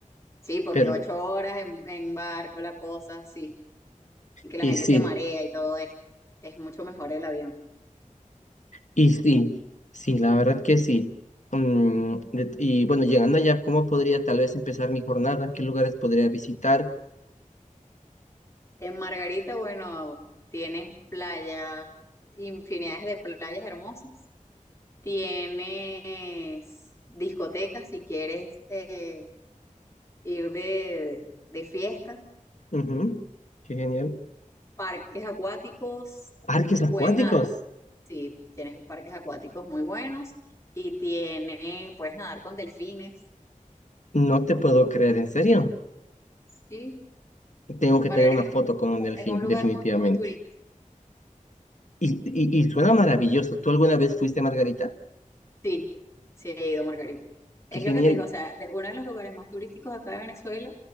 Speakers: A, on the left; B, on the left.
A: Sí, porque
B: Pero,
A: ocho horas en, en barco, la cosa, sí. Y que la
B: y
A: gente
B: sí,
A: se marea y todo esto. Es mucho mejor el avión.
B: y sí, sí, la verdad que sí. Mm, de- y bueno, llegando allá, ¿cómo podría tal vez empezar mi jornada? ¿Qué lugares podría visitar?
A: En Margarita, bueno, tienes playa, infinidades de playas hermosas. Tienes discotecas si quieres eh, ir de, de fiesta.
B: Ujú, Qué genial.
A: Parques acuáticos,
B: Parques acuáticos.
A: pues nada, sí, tienes parques acuáticos muy buenos. Y tienes, puedes nadar con delfines.
B: No te puedo creer, en serio.
A: Sí,
B: Tengo que
A: Margarita
B: tener una
A: es,
B: foto
A: muy-
B: con
A: es
B: un
A: un
B: delfín,
A: es un lugar
B: definitivamente.
A: muy, muy turístico.
B: Y, y, y suena maravilloso. ¿Tú alguna vez fuiste a Margarita?
A: Sí, sí he ido a Margarita. Es
B: Qué genial.
A: lo que te digo, o sea, de- uno de los lugares más turísticos acá de Venezuela